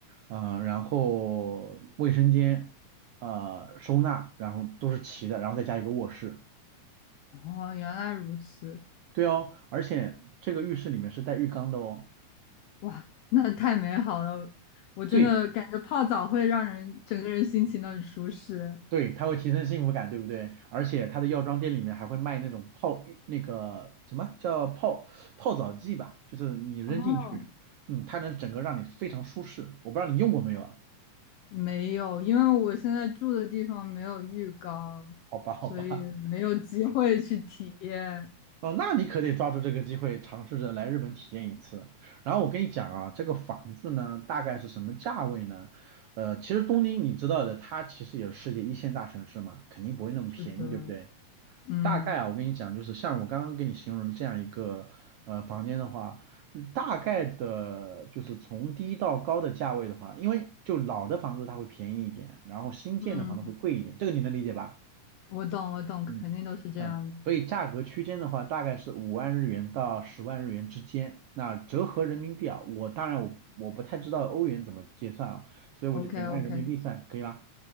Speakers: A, on the right; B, on the left.
A: 呃，然后卫生间，呃，收纳，然后都是齐的，然后再加一个卧室。
B: 哦，原来如此。
A: 对哦，而且这个浴室里面是带浴缸的哦。
B: 哇，那太美好了！我真的感觉泡澡会让人整个人心情都很舒适。
A: 对，对，它会提升幸福感，对不对？而且它的药妆店里面还会卖那种泡浴那个什么叫泡泡澡剂吧，就是你扔进去，
B: 哦，
A: 嗯，它能整个让你非常舒适。我不知道你用过没有啊？
B: 没有，因为我现在住的地方没有浴缸，
A: 好吧，好吧，
B: 所以没有机会去体验。
A: 哦，那你可得抓住这个机会，尝试着来日本体验一次。然后我跟你讲啊，这个房子呢，大概是什么价位呢？呃，其实东京你知道的，它其实也是世界一线大城市嘛，肯定不会那么便宜，
B: 是的，
A: 对不对？
B: 嗯
A: 大概啊，我跟你讲，就是像我刚刚给你形容的这样一个呃房间的话，嗯大概的就是从低到高的价位的话，因为就老的房子它会便宜一点，然后新建的房子会贵一点，
B: 嗯，
A: 这个你能理解吧？
B: 我懂我懂，
A: 嗯
B: 肯定都是这样的。
A: 嗯，所以价格区间的话，大概是五万日元到十万日元之间。那折合人民币啊，我当然我我不太知道欧元怎么结算啊，所以我就给你按人民币算，
B: OK OK，
A: 可以吧？